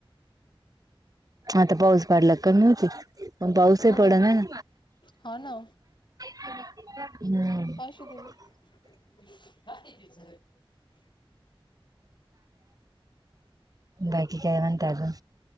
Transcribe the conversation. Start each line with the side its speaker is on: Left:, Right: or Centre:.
Right: आता पाऊस पडला कमी होती पण पाऊस
Left: थोडा
Right: पड ना ना
Left: हा ना
Right: हम्म
Left: अशू दे गं. <inaudible>
Right: बाकी काय म्हणता अजून